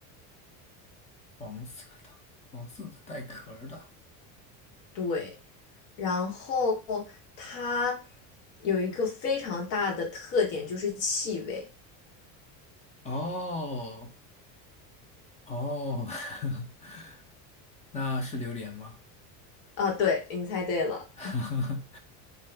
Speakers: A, on the left (about 20°); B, on the left (about 80°).
A: 黄色的，黄色的带壳儿的。
B: 对，然后它有一个非常大的特点，就是气味。
A: 哦哦，<laughs> 那是榴莲吗？
B: 啊，对，你猜对了。
A: <laughs>